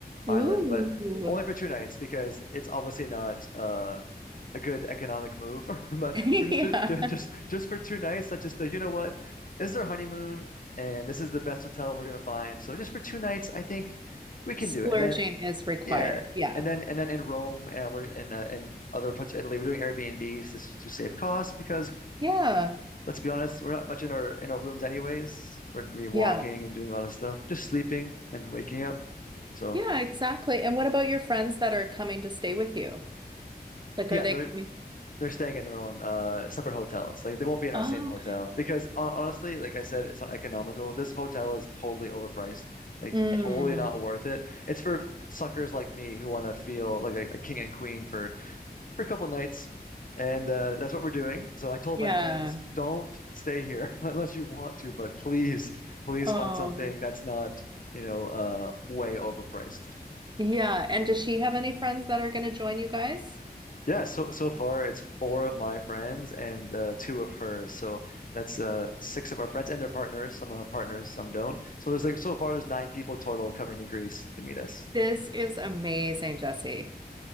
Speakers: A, on the left; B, on the right.
A: island,
B: Ooh.
A: but
B: <laughs>
A: only for two nights because it's obviously not uh a good economic move. <laughs> But
B: Yeah.
A: we're just just just, just for two nights, let's just be, like, you know what? This is our honeymoon and this is the best hotel we're gonna find. So just for two nights, I think we can
B: Splurging
A: do it. And then
B: is required.
A: yeah,
B: Yeah.
A: and then and then in Rome, uh, we're in uh, in other parts of Italy, we're doing Airbnbs to s- to save costs because
B: Yeah.
A: let's be honest, we're not much in our in our rooms anyways. We're, we walking
B: Yeah.
A: and doing a lot of stuff, just sleeping and waking up. So
B: Yeah, exactly. And what about your friends that are coming to stay with you? Like,
A: yeah,
B: are they
A: they're
B: coming?
A: they're staying in their own uh separate hotels. Like they won't be in
B: Oh,
A: our same hotel
B: okay.
A: because hon- honestly, like I said, it's not economical. This hotel is totally overpriced, like
B: Mm.
A: totally not worth it. It's for suckers like me who want to feel like a, a king and queen for for a couple nights, and uh, that's what we're doing. So I told
B: Yeah.
A: my friends, don't stay here <laughs> unless you want to, but please, please
B: Oh.
A: find something that's not, you know, uh, way overpriced.
B: Yeah, and does she have any friends that are going to join you guys?
A: Yeah, so so far it's four of my friends and uh, two of hers. So that's uh, six of our friends and their partners. Some have partners, some don't. So there's like so far there's nine people total coming to Greece to meet us.
B: This is amazing, Jesse.